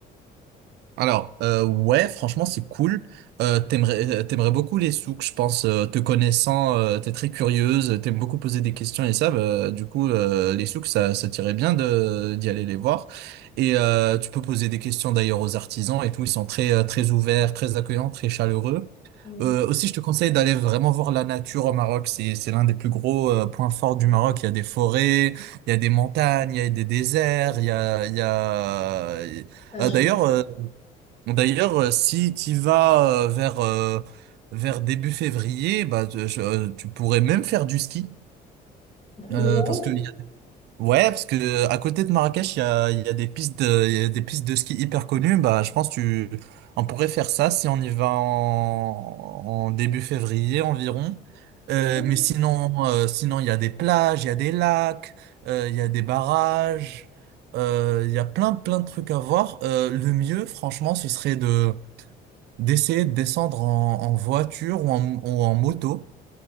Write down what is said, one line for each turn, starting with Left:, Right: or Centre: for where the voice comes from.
Right: Alors, euh, ouais, franchement, c'est cool. Euh, t'aimerais, euh, t'aimerais beaucoup les souks, je pense. euh, te connaissant, euh, t'es très curieuse, t'aimes beaucoup poser des questions et ça, bah, du coup, euh, les souks, ça, ça t'irait bien de, d'y aller les voir. Et euh, tu peux poser des questions d'ailleurs aux artisans et tout. Ils sont très, euh, très ouverts, très accueillants, très chaleureux.
Left: Oui,
Right: Euh, aussi, je te conseille d'aller vraiment voir la nature au Maroc. C'est, c'est l'un des plus gros euh, points forts du Maroc. Il y a des forêts, il y a des montagnes, il y a des déserts, il y a, il y a...
Left: ça
Right: Euh,
Left: je
Right: d'ailleurs,
Left: veux voir.
Right: euh, D'ailleurs, euh, si tu vas euh, vers, euh, vers début février, bah, tu, je- euh, tu pourrais même faire du ski.
Left: C'est
Right: Euh,
Left: vrai?
Right: parce que, y a- ouais, parce que euh, à côté de Marrakech, il y a, il y a des pistes de, il y a des pistes de ski hyper connues. Bah, je pense que tu, on pourrait faire ça si on y va en, en début février environ. Euh,
Left: Ok.
Right: mais sinon, euh, sinon, il y a des plages, il y a des lacs, euh, il y a des barrages, euh, il y a plein, plein de trucs à voir. Euh, le mieux, franchement, ce serait de d'essayer de descendre en, en voiture ou en, ou en moto.